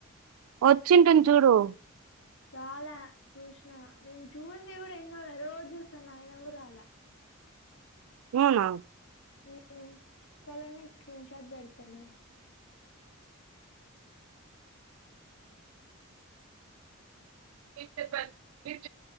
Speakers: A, on the right (about 80°); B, on the left (about 60°).
A: వచ్చింటూది చూడు
B: రాలే చూసిన నేను చూసి కూడా ఎన్నోళ్ల రోజు చూసాను ఆయన కూడా రాలే
A: అవునా
B: ఉమ్ కలనిక్ స్క్రీన్ షాట్ పెడ్తా లే
A: మీ